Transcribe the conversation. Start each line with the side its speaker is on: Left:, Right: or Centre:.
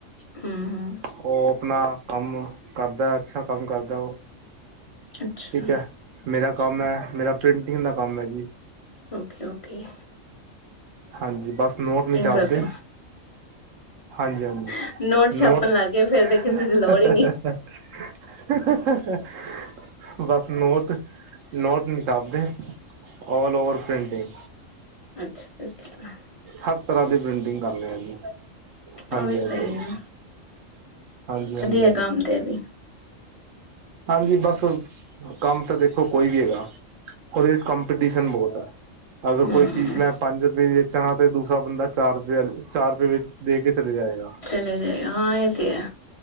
Left: ਹਮ ਹਮ
Right: ਉਹ ਆਪਣਾ ਕੰਮ ਕਰਦਾ ਅੱਛਾ ਕੰਮ ਕਰਦਾ ਉਹ,
Left: ਅੱਛਾ
Right: ਠੀਕ ਐ। ਮੇਰਾ ਕੰਮ ਐ, ਮੇਰਾ ਪ੍ਰਿੰਟਿੰਗ ਦਾ ਕੰਮ ਹੈ ਜੀ।
Left: ਓਕੇ-ਓਕੇ।
Right: ਹਾਂਜੀ, ਬੱਸ ਨੋਟ ਨੀ ਚੱਬਦੇ।
Left: ਕਰਦੇ
Right: ਹਾਂਜੀ-ਹਾਂਜੀ
Left: ਹੋ ਛਾਪਣ
Right: ਨੋਟ।'
Left: ਲੱਗ ਗਏ ਫੇਰ ਤੇ ਕਿਸੇ ਦੀ
Right: '
Left: ਲੋੜ ਹੀ ਨੀ
Right: <unintelligible> ਬੱਸ ਨੋਤ, ਨੋਟ ਨੀ ਚੱਲਦੇ, ਆੱਲ ਓਵਰ ਪ੍ਰਿੰਟਿੰਗ
Left: ਅੱਛਾ-ਅੱਛਾ।
Right: ਹਰ ਤਰ੍ਹਾਂ ਦੀ ਪਿੰਟਿੰਗ ਕਰਨੇ ਆ ਜੀ, ਹਾਂਜੀ-ਹਾਂਜੀ,
Left: ਉਹ ਵੀ ਸਹੀ
Right: ਹਾਂਜੀ।
Left: ਹੈ
Right: ਹਾਂਜੀ-ਹਾਂਜੀ।
Left: ਮੈ ਕੰਮ ਦੇ ਵੀ ਆਵੀ।
Right: ਹਾਂਜੀ ਬੱਸ, ਕੰਮ ਤੇ ਦੇਖੋ ਕੋਈ ਵੀ ਹੈਗਾ। ਉਹਦੇ 'ਚ'ਕਮਪੀਟੀਸ਼ਨ ਬਹੁਤ ਆ। ਅਗਰ
Left: ਹਮ
Right: ਕੋਈ ਚੀਜ਼ ਮੈਂ ਪੰਜ ਰੁਪਏ ਦੀ ਵੇਚਾਂਗਾ ਤੇ ਦੂਸਰਾ ਬੰਦਾ ਚਾਰ ਰੁਪਏ ਚਾਰ ਰੁਪਏ ਵਿੱਚ ਦੇ ਕੇ ਚਲੇ ਜਾਏਗਾ।
Left: ਲੈ ਜਾ ਹਾਂ ਇਹ ਤੇ ਹੈ,